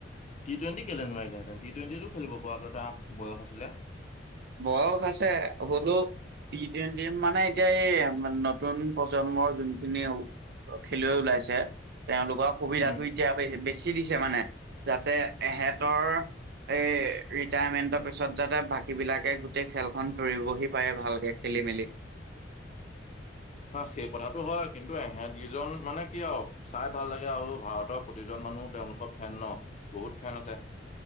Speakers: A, on the left (about 40°); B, on the right (about 60°).
A: টি টুৱেণ্টি কেলে নোৱাৰিলেহেঁতেন? টি টুৱেণ্টিটো খেলিব পৰাক এটাক বয়স আছিলে।
B: বয়স আছে, হ'লেওঁ টি টুৱেণ্টি মানে এতিয়া এই নতুন প্ৰজন্মৰ যোনখিনি খেলুৱৈ ওলাইছে, তেওঁলোকৰ সুবিধা
A: উম,
B: এতিয়া বেছি দিছে মানে, যাতে এহেঁতৰ এই ৰিটায়াৰমেণ্টৰ পিছত যাতে ভা সেইবিলাকে গোটেই খেলখন ধৰিবহি পাৰে ভালকে খেলি মেলি।
A: হা, সেই কথাটো হয়, কিন্তু এহেটকিজন মানে কি আৰু চাই ভাল লাগে আৰু ভাৰতৰ প্ৰতিজন মানুহ তেওঁলোকৰ ফেন ন' বহুত ফেন আছে,